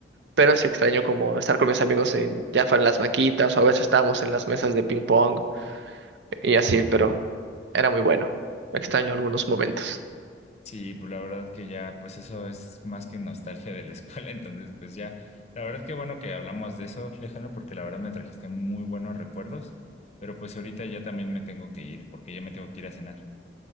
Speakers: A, on the right; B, on the left.
A: pero sí extraño como estar con mis amigos en, ya fue en las banquitas o a veces estábamos en las mesas de ping pong y así, pero era muy bueno. Extraño algunos momentos.
B: Sí, pues la verdad que ya, pues eso es más que nostalgia de la escuela, <laughs> entonces pues ya, la verdad que bueno que hablamos de eso, Alejandro, porque la verdad me trajiste muy buenos recuerdos, pero pues ahorita ya también me tengo que ir, porque ya me tengo que ir a cenar.